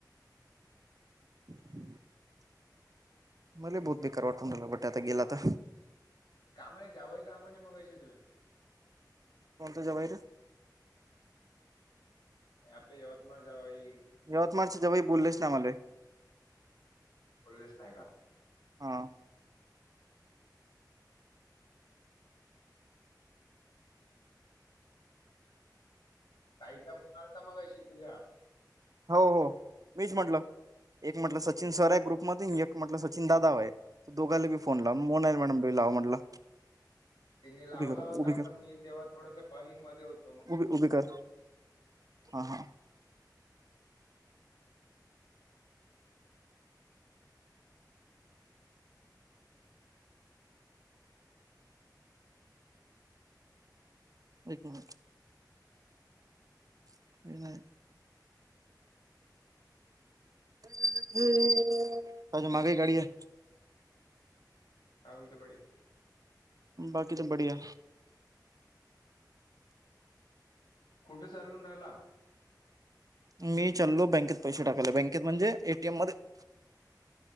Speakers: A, on the right (about 50°); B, on the left (about 85°).
A: हम्म मला बहु बेकार वाठवून झाला बट आता गेलाता
B: काम नाही जावही काम मग शिकलेय
A: कोणत ज बाई रे
B: आपडे यवतमाळ जाई
A: यवतमाळच्याव्हाही बोललेच आम्हाला
B: बोललेच नाही का
A: हां
B: ताई टापून आलता मग अशी तुझ्या
A: हो हो मीच म्हटलं एक म्हटलं सचिन सर आहे ग्रुप मध एक म्हटलं सचिन दादाव आहे त दोघाला बी फोन
B: हम्म
A: लावून म नाही मॅडम बी लाव म्हटलं
B: तिनी लावला
A: उभी कर
B: होता
A: उभी
B: पण मी तेव्हा थोडस कॉलिंग मध्ये होत
A: उब उभी कर हा हा <inaudible> <inaudible> <unintelligible> माग गाडी घे.
B: काय बोलते बढिया
A: बाकी तर बढिया.
B: कुठे चालून राहिला?
A: मी चालो बँकेत पैसे टाकायले. बँकेत म्हणजे एटीएम मध्ये.